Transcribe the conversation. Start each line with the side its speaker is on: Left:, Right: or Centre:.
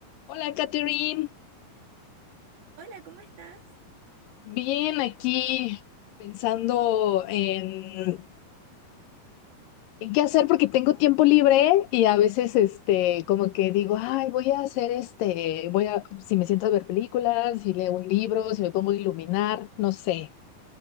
Left: Hola, Catherine.
Right: Hola, ¿cómo estás?
Left: Bien, aquí pensando en, en qué hacer porque tengo tiempo libre y a veces, este, como que digo, ay, voy a hacer este, voy a, si me siento a ver películas, si leo un libro, si me pongo a iluminar, no sé.